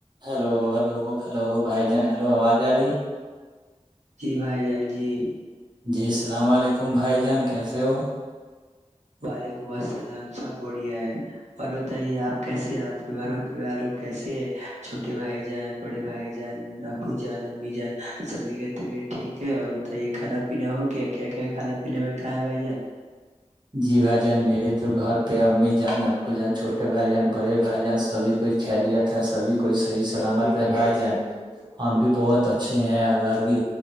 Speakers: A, on the right; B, on the right.
A: hello hello hello بھائی جان hello آواز آ رہی
B: جی بھائی جان جی
A: جی السلام علیکم بھائی جان کیسے ہو
B: وعلیکم السلام سب بڑھیا ہے اور بتائیے آپ کیسے ہیں آپ گھر میں پریوار لوگ کیسے ہے چھوٹے بھائی جان بڑے بھائی جان ابو جان م جان سبھی کے <unintelligible> ٹھیک ہے اور بتائیے کھانا پینا ہوگیا کیا کیا کھانے پینے میں کھائے ہیں بھائی د <inaudible>
A: جی بھائی جان میرے تو گھر بے امی جان ابو جان چھوٹے بھائی جان بڑے بھائی جان سبھی کوئی خریت ہے سبھی کوئی صحی سلامت ہے بھائی جان ہم بھی بہت اچھے ہیں اللہ کی